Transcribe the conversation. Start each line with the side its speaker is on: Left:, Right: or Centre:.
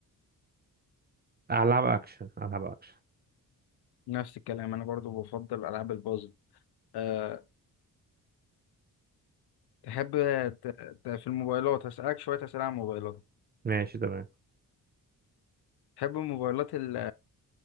Right: ألعاب أكشن ألعاب أكشن
Left: نفس الكلام أنا برضو بفضل ألعاب البازل أه تحب ت- ت- في الموبايلات هسألك شوية أسئلة عن الموبايلات
Right: ماشي تمام
Left: تحب الموبايلات ال-